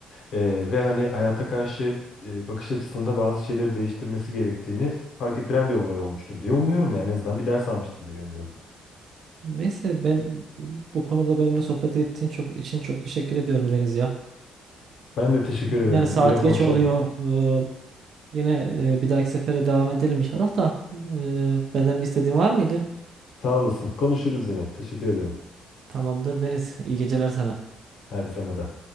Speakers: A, on the left; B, on the right.
A: Ee, ve hani hayata karşı e, bakış açısında bazı şeyleri değiştirmesi gerektiğini fark ettiren bir olay olmuştur diye umuyorum yani en azından bir ders almıştır diye umuyorum.
B: Neyse ben bu konuda benimle sohbet ettiğin çok için çok teşekkür ediyorum Deniz ya.
A: Ben de teşekkür ederim.
B: Yani saat
A: Yine konuşalım.
B: geç oluyor. E, Yine e, bir dahaki sefere devam edelim inşallah da. E, benden bir istediğin var mıydı?
A: Sağ olasın. Konuşuruz yine. Teşekkür ederim.
B: Tamamdır Deniz. İyi geceler sana.
A: Hadi sana da.